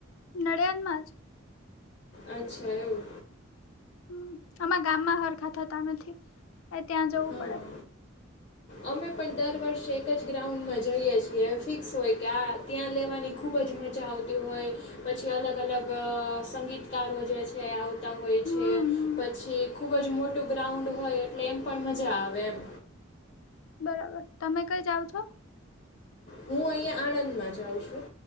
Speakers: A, on the left; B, on the left.
A: નડિયાનમાં જ.
B: અચ્છા, એવું.
A: હમ આમાં ગામમાં સરરખા થતા નથી, એ ત્યાં જવું
B: હા
A: પડે.
B: અમે પણ દર વર્ષે એક જ ગ્રાઉન્ડમાં જઈએ છીએ. ફિક્સ હોય કે આ? ત્યાં લેવાની ખૂબ જ મજા આવતી હોય. પછી અલગ- અલગ સંગીત. ચકારો જે છે એ આવતા હોય
A: હમ
B: છે.
A: હમ
B: પછી ખુબ જ મોટું ગ્રાઉન્ડ હોય એટલે એમ પણ મજા આવે એમ.
A: બરાબર તમે કઈ જાઓ છો?
B: હું અહિયાં આણંદમાં જાઉં છું.